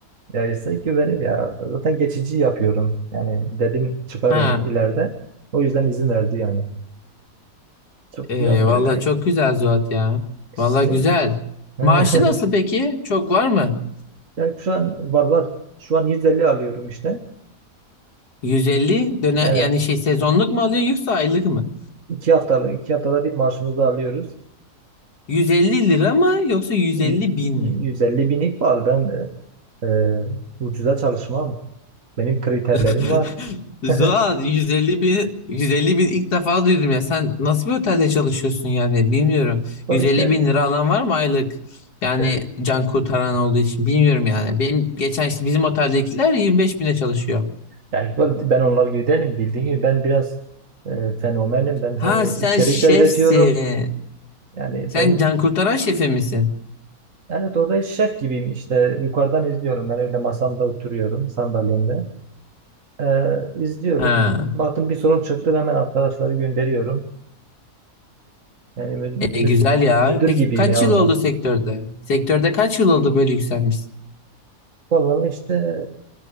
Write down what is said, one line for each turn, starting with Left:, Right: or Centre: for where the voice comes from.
Right: Ya ise güvenir ya. Zaten geçici yapıyorum. Yani dedim çıkarım
Left: Ha,
Right: ileride. O yüzden izin verdi yani. Çok
Left: e,
Right: yapmıyor
Left: vallahi
Right: ya işte.
Left: çok güzel Zuhat ya.
Right: İşte.
Left: Vallahi güzel.
Right: <laughs>
Left: Maaşı nasıl peki? Çok var mı?
Right: Yani şu an var var. Şu an 150 alıyorum işte.
Left: 150 döne
Right: Ee,
Left: yani şey sezonluk mu alıyor yoksa aylık mı?
Right: İki haftalık, iki haftada bir maaşımızı alıyoruz.
Left: 150 lira mı yoksa 150
Right: Yü-
Left: bin
Right: 150
Left: mi?
Right: binlik var. Ben e, e, ucuza çalışmam. Benim kriterlerim
Left: <laughs>
Right: var.
Left: Zuhal
Right: <laughs>
Left: 150 bin 150 bin ilk defa duydum ya sen nasıl bir otelde çalışıyorsun yani bilmiyorum
Right: Var
Left: 150
Right: işte
Left: bin lira alan var mı aylık yani
Right: e,
Left: can kurtaran olduğu için bilmiyorum yani benim geçen işte bizim oteldekiler 25 bine çalışıyor
Right: yani Iqbal, ben onlar gibi değilim. Bildiğin gibi ben biraz e, fenomenim. Ben hani
Left: ha sen
Right: içerik
Left: şefsin
Right: de üretiyorum. Yani
Left: sen
Right: ben
Left: can kurtaran şefi misin
Right: evet orada şef gibiyim işte. Yukarıdan izliyorum. Ben öyle masamda oturuyorum sandalyemde. E, izliyorum.
Left: ha
Right: Baktım bir sorun çıktı. Hemen arkadaşları gönderiyorum. Yani mü-
Left: E,
Right: mü-
Left: güzel ya.
Right: müdür
Left: Peki
Right: gibiyim
Left: kaç
Right: ya
Left: yıl
Right: orada.
Left: oldu sektörde? Sektörde kaç yıl oldu böyle yükselmişsin?
Right: Vallahi işte